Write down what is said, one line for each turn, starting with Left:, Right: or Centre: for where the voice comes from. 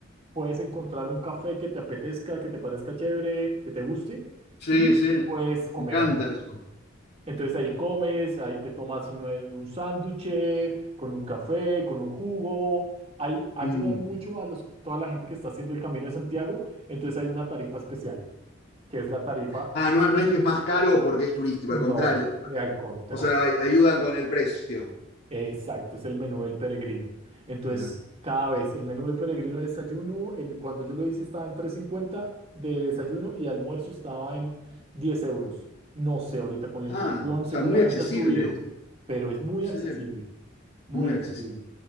Right: puedes encontrar un café que te apetezca, que te parezca chévere, que te guste
Left: Sí,
Right: y
Left: sí,
Right: puedes comer
Left: me encanta
Right: ahí.
Left: eso.
Right: Entonces ahí comes, ahí te tomas un, eh, un sándwich con un café, con un jugo. Ahí ayudan
Left: Mm.
Right: mucho a los, toda la gente que está haciendo el Camino de Santiago. Entonces hay una tarifa especial que es la tarifa
Left: Ah, no, no es que es más caro porque es turístico,
Right: no,
Left: al contrario.
Right: de al contrario.
Left: O sea, ay- ayudan con el precio.
Right: Exacto, es el menú del peregrino. Entonces,
Left: Mirá.
Right: cada vez el menú del peregrino de desayuno, en, cuando yo lo hice estaba en tres cincuenta de desayuno y almuerzo estaba en 10 euros. No sé, ahorita con la inflación
Left: Ah, o
Right: seguramente
Left: sea, muy accesibles.
Right: ha subido, pero es muy
Left: Sí,
Right: accesible, muy
Left: muy
Right: accesible.
Left: accesibles.